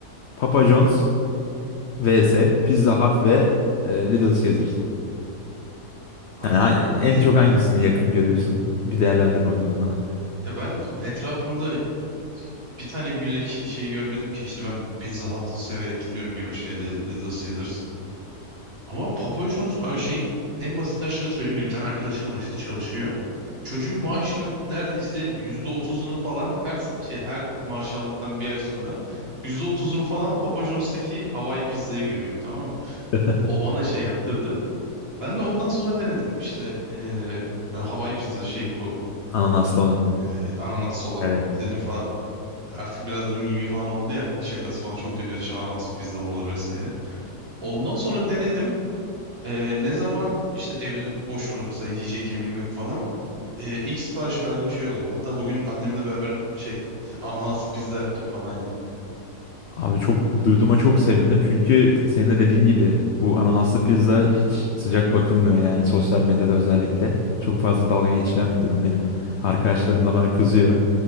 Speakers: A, on the left; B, on the right.
A: Papa John's vs Pizza Hut ve e, Little Caesars.
B: Abi
A: Yani ha- en
B: yani
A: çok hangisini yakın görüyorsun? Bir değerlendir bakalım bana.
B: ya ben etrafımda bir tane bile ş- şey görmedim ki işte ben Pizza Hut severek gidiyorum yemişte ya da işte Little Caesars. Ama Papajnos abi şey en basitinden şunu söyleyeyim benim bir tane arkadaşım var işte çalışıyor. Çocuğun maaşının neredeyse yüzde otuzunu falan her se- şey her maaş aldıktan bir ay sonra yüzde otuzunu falan Papa John's'taki Hawaii pizzaya gömüyor tamam mı?
A: <laughs>
B: O bana şey yaptırdı. Ben de ondan sonra denedim işte eee yani Hawaii pizza şey bu
A: Ananaslı olan.
B: eee, ananaslı olan.
A: Evet.
B: Dedim falan artık biraz da mimi falan oldu ya şakası falan çok dönüyordu işte ananas pizza mı olur vesaire. Ondan sonra denedim. Ee, ne zaman işte ev boş olur mesela yiyecek yemeğim yok falan. Ee, ilk sipariş verdiğim şey oluyor. Hatta bugün annemle beraber şey <laughs> ananaslı pizza yaptık falan yani.
A: Abi çok duyduğuma çok sevindim çünkü senin de dediğin gibi bu ananaslı pizza hiç sıcak bakılmıyor yani sosyal medyada özellikle. Çok fazla dalga geçilen bir durum benim. Arkadaşlarım da bana kızıyor.